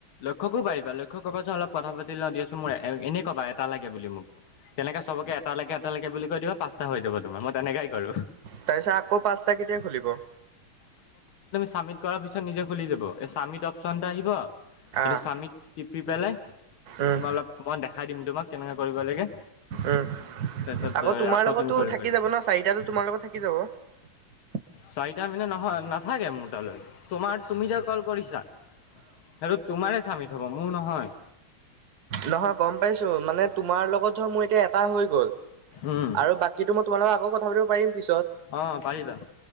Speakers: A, on the left; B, on the right.
A: লক্ষ্যকো পাৰিবা। লক্ষক কবা চোন অলপ কথা পাতি লও দিয়াছোন মোৰ এনে কবা এটা লাগে বুলি মোক। তেনেকে চবকে এটা লগে এটা লগে বুলি কৈ দিবা পাঁচটা হৈ যাব তোমাৰ মই তেনেকাই কৰো।
B: তাপিছত আকৌ পাঁচটা কেতিয়া খুলিব?
A: চামিট কৰাৰ পিছত নিজে খুলি যাব। এই চামিট অপশ্যন এটা আহিব। হেটো
B: আহ
A: চামিক টিপি পেলাই
B: উম
A: কিবা অলপ মই দেখাই দিম তোমাক কেনেকে কৰিব লাগে।
B: উম
A: তাৰপিছত
B: আকৌ তোমাৰ লগতো
A: তুমি কৰিব
B: থাকি
A: পাৰিবা।
B: যাব ন, চাৰিটাতো তোমাৰ লগত থাকি যাব।
A: চাৰিটা মানে নহয়। নাথাকে মোৰ তালৈ তোমাৰ, তুমি যে ক'ল কৰিছা, সেতো তোমাৰে চামি হ'ব, মোৰ নহয়।
B: নহয় গম পাইছোঁ মানে তোমাৰ লগত ধৰ মোৰ এতিয়া এটা হৈ গ'ল।
A: উম,
B: আৰু বাকীতো মই তোমালগ আকৌ কথা পাতিব পাৰিম। পিছত
A: অ' পাৰিবা।